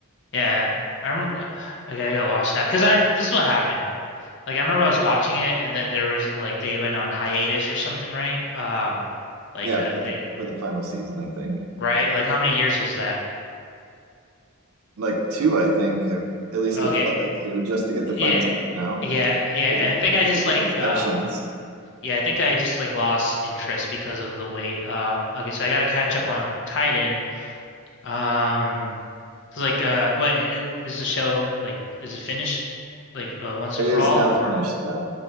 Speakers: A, on the left; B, on the right.
A: Yeah, I remember. uh, Okay, I gotta watch that because I this is what happened. Like I remember I was watching it, and then there was like they went on hiatus or something, right? Um, like
B: Yeah,
A: uh,
B: for the
A: they
B: for the final season, I think.
A: right? Like how many years was that?
B: Like two, I think, it, at least
A: Okay,
B: it felt like two, just to get the
A: yeah,
B: final season out.
A: yeah, yeah.
B: Because it,
A: And
B: 'cause
A: I think I just
B: it was
A: like
B: in sections.
A: um Yeah, I think I just like lost interest because of the weight. Um, okay, so I got to catch up on Titan. Um, 'cause, like, uh, what is, is the show like? Is it finished like uh, once
B: It
A: and
B: is
A: for all,
B: now
A: or?
B: finished, yeah.